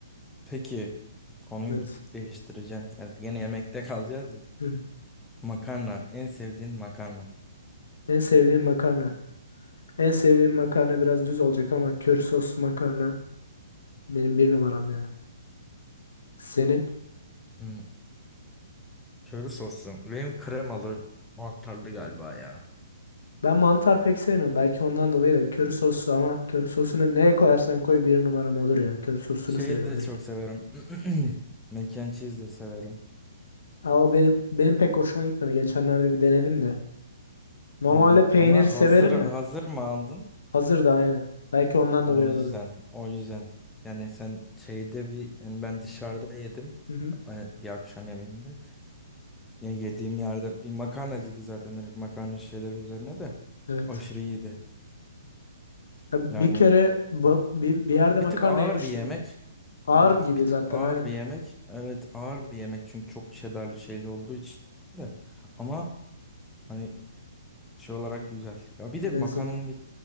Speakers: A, in the centre; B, on the left.
A: Peki konuyu
B: Evet.
A: bir tık değiştireceğim. Yani gene yemekte kalacağız.
B: Hı.
A: Makarna. En sevdiğin makarna.
B: En sevdiğim makarna. En sevdiğim makarna biraz düz olacak ama köri soslu makarna benim bir numaram yani. Senin?
A: Hı, köri soslu. Benim kremalı mantarlı galiba ya.
B: Ben mantar pek sevmiyorum. Belki ondan dolayı da köri sosu ama köri sosunu neye koyarsan koy bir numaram olur ya. Köri sosunu
A: Şeyi
B: seviyorum
A: de
B: direkt.
A: çok severim. <clears throat> Mac and cheese de severim.
B: Ha, o benim benim pek hoşuma gitmedi. Geçenlerde bir denedim de. Normalde
A: Hmm,
B: peyniri
A: Ama
B: severim
A: hazır hazır
B: de.
A: mı aldın?
B: Hazır da aynı. Belki ondan
A: O
B: dolayı olabilir.
A: yüzden, o yüzden. Yani sen şeyde bir, yani ben dışarıda yedim
B: Hı hı.
A: e, bir akşam yemeğinde. Yani yediğim yerde bir makarnacıydı zaten direkt makarna şeyleri üzerine de
B: Evet.
A: aşırı iyiydi.
B: Ya
A: Yani
B: bir kere bu- bir, bir yerde
A: bir
B: makarna
A: tık ağır
B: yemiştim.
A: bir yemek.
B: Ağır
A: Bir,
B: gibi
A: bir tık
B: zaten
A: ağır
B: aynen.
A: bir yemek. Evet ağır bir yemek çünkü çok cheddarlı şeyli olduğu için de. Ama hani Şey olarak güzel. Ya bir
B: Lezzet
A: de makarnanın
B: olarak.
A: bir,